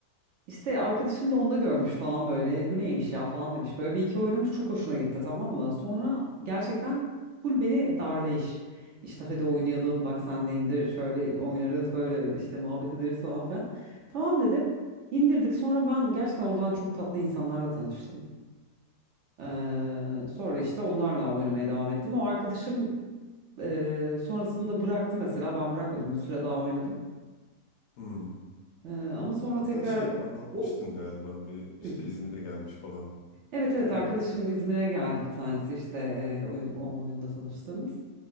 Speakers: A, on the right; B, on the left.
A: işte arkadaşım da onda görmüş falan böyle. Bu neymiş ya falan demiş. Böyle bir iki oynamış çok hoşuna gitti tamam mı? Sonra gerçekten full beni darlayış. İşte hadi oynayalım bak sen de indir. Şöyle oynarız böyle işte muhabbet ederiz falan filan. Tamam dedim. İndirdik. Sonra ben gerçekten oradan çok tatlı insanlarla tanıştım. Eee, sonra işte onlarla oynamaya devam ettim. O arkadaşım eee, sonrasında bıraktı mesela. Ben bırakmadım. Bir süre daha oynadım.
B: Hmm.
A: Eee, ama sonra
B: Hatta
A: tekrar
B: şey anlatmıştın
A: o
B: galiba bir işte
A: Hı.
B: İzmir'e gelmiş falan.
A: Evet evet
B: Değil
A: arkadaşım
B: mi?
A: İzmir'e geldi bir tanesi işte eee, oyun o oyunda tanıştığımız.